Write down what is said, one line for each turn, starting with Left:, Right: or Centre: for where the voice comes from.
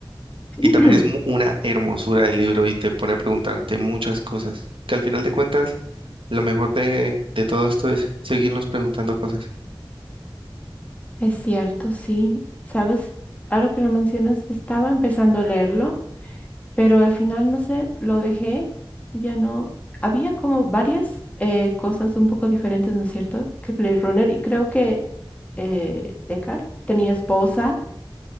Left: <clears throat>
Right: Y también es mu- una hermosura de libro y te pone a preguntarte muchas cosas, que al final de cuentas, lo mejor de, de todo esto es seguirnos preguntando cosas.
Left: Es cierto, sí. ¿Sabes? Ahora que lo mencionas, estaba empezando a leerlo, pero al final, no sé, lo dejé y ya no. Había como varias eh, cosas un poco diferentes, ¿no es cierto? Que Blade Runner y creo que eh, Deckard tenía esposa